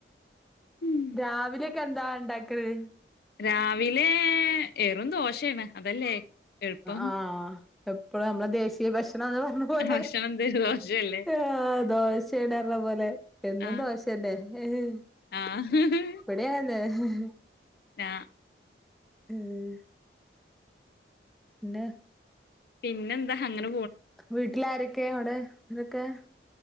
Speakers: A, on the left; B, in the centre.
A: ഉം
B: രാവിലെക്കെ എന്താ ഇണ്ടാക്കല്
A: രാവിലെ ഏറും ദോശയാണ് അതല്ലേ എളുപ്പം
B: ആഹ് എപ്പഴ നമ്മള ദേശീയ ഭക്ഷണാന്ന് പറഞ്ഞ പോലെ
A: ഭക്ഷണം എന്ത് ദോശയല്ലേ
B: ആഹ് ദോശ പറഞ്ഞ പോലെ എന്നും
A: ആഹ്
B: ദോശന്നേ. എഹ് ഹ്.
A: ആഹ്
B: ഇവിടെ. <unintelligible>
A: ആ
B: ഉം. ന്ന്.
A: പിന്നെ എന്താ ഹങ്ങന
B: വീട്ടിൽ ആരൊ ക്കെയ അവിടെ ആരൊക്കെ